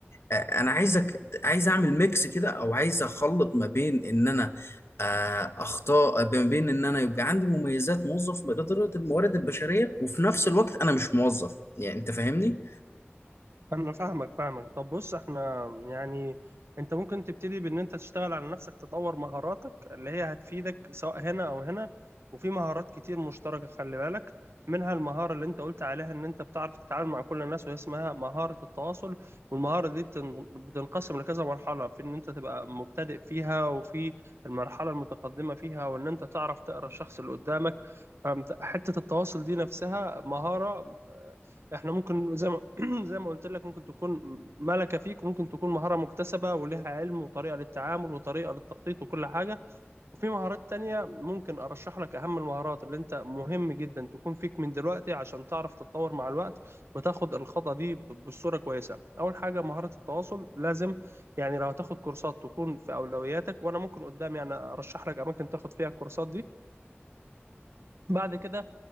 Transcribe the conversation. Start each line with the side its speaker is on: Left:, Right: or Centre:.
Left: آه، انا عايزك عايز اعمل ميكس كده او عايز اخلط ما بين ان انا آه، اخطاء ما بين ان انا يبقى عندي مميزات موظف بإدارة الموارد البشريه وفي نفس الوقت انا مش موظف يعني انت فاهمني
Right: انا فاهمك فاهمك طب بص احنا يعني انت ممكن تبتدي بان انت تشتغل على نفسك تطور مهاراتك اللي هي هتفيدك سواء هنا او هنا وفي مهارات كتير مشتركة خلي بالك منها المهارة اللي انت قلت عليها ان انت بتعرف تتعامل مع كل الناس وهي اسمها مهارة التواصل والمهارة دي بتن- بتنقسم لكذا مرحلة في ان انت تبقى مبتدئ فيها وفي المرحلة المتقدمة فيها وان انت تعرف تقرأ الشخص اللي قدامك فحتة التواصل دي نفسها مهارة آه، احنا ممكن زي ما <clears throat> زي ما قلت لك ممكن تكون ملكة فيك وممكن تكون مهارة مكتسبة ولها علم وطريقة للتعامل وطريقة للتخطيط وكل حاجة وفي مهارات تانية ممكن أرشح لك أهم المهارات اللي أنت مهم جدا تكون فيك من دلوقتي عشان تعرف تتطور مع الوقت وتاخد الخطوة دي ب- بصورة كويسة أول حاجة مهارة التواصل لازم يعني لو هتاخد كورسات تكون في أولوياتك وأنا ممكن قدام يعني أرشح لك أماكن تاخد فيها الكورسات دي بعد كده